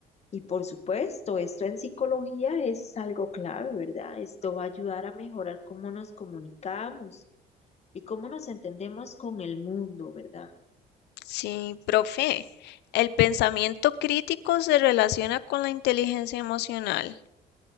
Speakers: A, on the left (about 40°); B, on the left (about 80°).
A: Y por supuesto, esto en psicología es algo clave, ¿verdad? Esto va a ayudar a mejorar cómo nos comunicamos y cómo nos entendemos con el mundo, ¿verdad?
B: Sí, profe, el pensamiento crítico se relaciona con la inteligencia emocional.